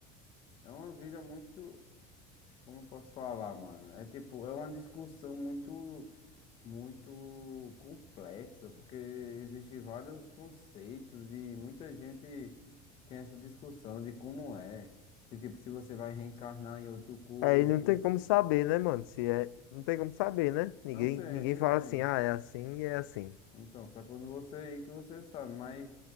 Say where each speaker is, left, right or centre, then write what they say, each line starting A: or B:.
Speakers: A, on the left; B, on the left.
A: É uma vida muito, como eu posso falar, mano? É tipo, é uma discussão muito, muito complexa, porque existem vários conceitos e muita gente tem essa discussão de como é. Se tipo, se você vai reencarnar em outro corpo.
B: Aí não tem como saber, né, mano? Se é, não tem como saber, né? Ninguém
A: Não tem,
B: ninguém
A: não
B: fala
A: tem.
B: assim, ah, é assim e é assim.
A: Então, só quando você ir que você sabe, mas